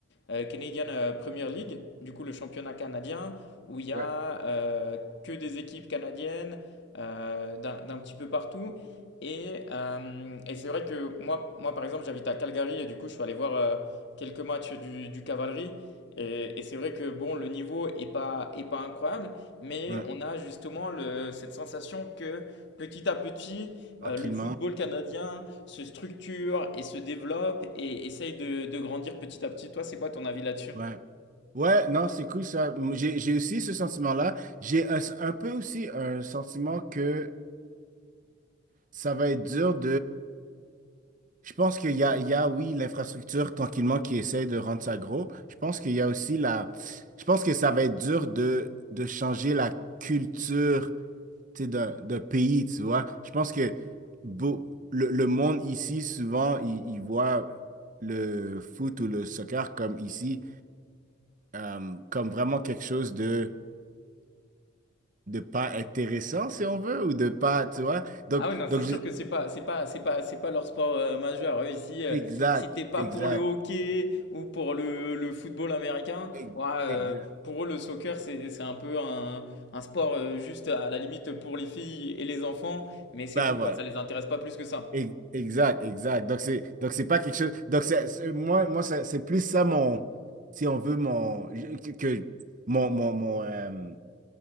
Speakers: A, on the left; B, on the right.
A: euh, Canadian euh, Premier League, du coup le championnat canadien, où il y a
B: Ouais.
A: euh, que des équipes canadiennes euh, d'un d'un petit peu partout. Et, euh, et c'est vrai que moi, moi, par exemple, j'habite à Calgary et du coup, je suis allé voir euh, quelques matchs du, du Cavalerie. Et, et c'est vrai que bon, le niveau est pas, est pas incroyable, mais
B: Ouais.
A: on a justement le- cette sensation que petit à petit,
B: Tranquillement.
A: euh, le football canadien se structure et se développe et essaye de, de grandir petit à petit. Toi, c'est quoi ton avis là-dessus?
B: Ouais. Ouais, non, c'est cool, ça. M- J'ai, j'ai aussi ce sentiment-là. J'ai un, un peu aussi un sentiment que ça va être dur Je pense qu'il y a, il y a, oui, l'infrastructure tranquillement qui essaie de rendre ça gros. Je pense qu'il y a aussi la... Je pense que ça va être dur de, de changer la culture, tu sais, d'un, d'un pays, tu vois. Je pense que beau- le, le monde ici, souvent, il, il voit le foot ou le soccer comme ici, euh, comme vraiment quelque chose de, de pas intéressant, si on veut, ou de pas, tu vois. Donc,
A: Ah oui, non, c'est
B: donc
A: sûr
B: je-
A: que c'est pas, c'est pas, c'est pas, c'est pas leur sport euh, majeur. Eux, ici, euh,
B: exact,
A: si t'es pas
B: exact,
A: pour le hockey ou pour le, le football américain,
B: ex-
A: ouais, euh,
B: exact.
A: pour eux, le soccer, c'est, c'est un peu un, un sport euh, juste à la limite pour les filles et les enfants, mais c'est
B: Ben
A: tout, quoi.
B: voilà.
A: Ça les intéresse pas plus que ça.
B: Ex- Exact, exact. Donc c'est donc c'est pas quelque chose. Donc c'est c'est- moi moi ça- c'est plus ça mon si on veut mon je- que que- mon mon, mon, euh,